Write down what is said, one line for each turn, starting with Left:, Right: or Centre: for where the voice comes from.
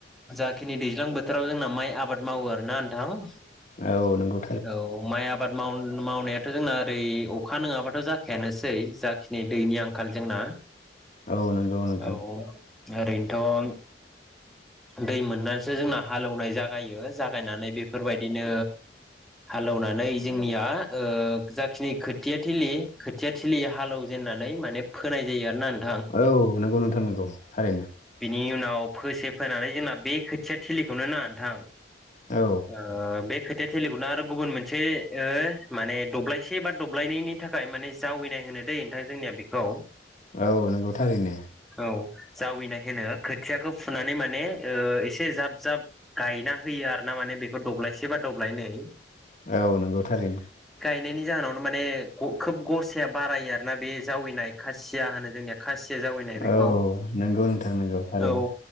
Centre: जा खिनि दैज्लां बोथोराव जोंना माइ आबाद मावो आरोना नोंथां।
Left: औ नोंगौ।
Centre: औ माइ आ बाद माव-मावनायाथ' जोंना ओरै अखा नङाबाथ' जाखायानोसै जाखिनि दैनि आंखाल जोंना। <unintelligible>
Left: औ नंगौ नोंथां।
Centre: औ ओरैनोथ'
Left: <unintelligible>
Centre: दै मोननानैसो जोंना हालेवनाय जागायो जागायनानै बेफोरबायदिनो हालौनानै जोंनिया ओ जाखिनि खोथिया थिलि खोथिया थिलि हालेव जेनना नै माने फोनाय जायो आरो ना
Left: औ नोंगौ नोंथां नोंगौ थारैनो।
Centre: नि उनाव फोसे फोनानै जोंना बे खोथिया थिलिखौनो ना नोंथां।
Left: औ
Centre: आ बे खोथा थेलिगुनो आरो गुबुन मोनसे माने दब्लायसे बा दब्लायनैनायनि थाखाय माने जावैनाय होनो दै नोंथां जोंनिया बेखौ
Left: औ नंगौथारैनो।
Centre: औ जावैनाय होनो खोथियाखौ फुनानै माने एसे जाब जाब गायना होयो। आरोार ना माने बेखौ दब्लायसे बा दब्लायनै।
Left: औ नंगौ थारैनो।
Centre: यनायनि जाहोनावनो मानो‌ खोब गसाया बारायो आरोना बे जावनाय खासिया होनो जोंनिया खा एसे जावैनाय बेखौ
Left: औ नंगौ नोंथां नंगौ थारैनो
Centre: औ